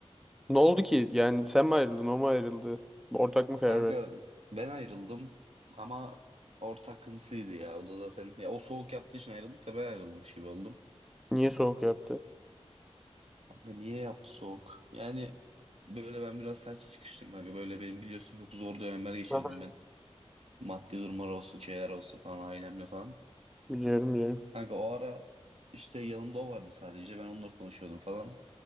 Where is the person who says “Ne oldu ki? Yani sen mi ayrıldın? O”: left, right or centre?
Centre